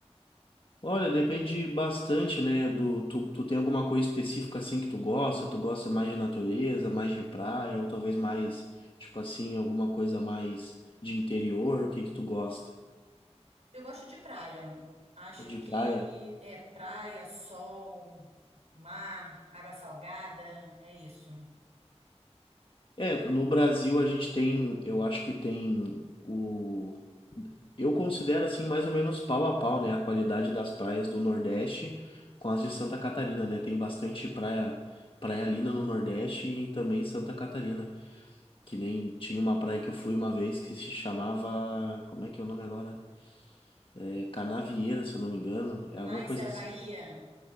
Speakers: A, on the left (about 50°); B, on the right (about 75°).
A: Olha, depende bastante, né, do tu, tu tem alguma coisa específica assim que tu gosta? Tu gosta mais de natureza, mais de praia, ou talvez mais, tipo assim, alguma coisa mais de interior? O que que tu gosta?
B: Eu gosto de praia. Acho
A: De
B: que
A: praia?
B: é praia, sol, mar, água salgada, é isso.
A: É, no Brasil a gente tem, eu acho que tem o. Eu considero assim mais ou menos pau a pau, né? A qualidade das praias do Nordeste com as de Santa Catarina, né? Tem bastante praia, praia linda no Nordeste e também em Santa Catarina. Que nem tinha uma praia que eu fui uma vez que se chamava. Como é que é o nome agora? É Canavieira, se eu não me engano. É alguma
B: Ah,
A: coisa
B: isso é da
A: assim.
B: Bahia?